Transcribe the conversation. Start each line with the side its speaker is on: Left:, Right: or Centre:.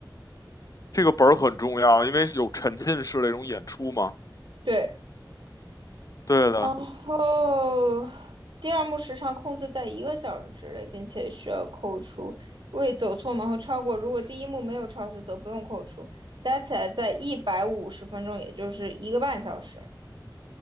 Left: 这个本儿很重要，因为有沉浸式那种演出嘛。
Right: 对，
Left: 对的，
Right: 然后第二幕时长控制在一个小时之内，并且需要扣除未走错门或超过。如果第一幕没有超时，则不用扣除，加起来在一百五十分钟，也就是一个半小时。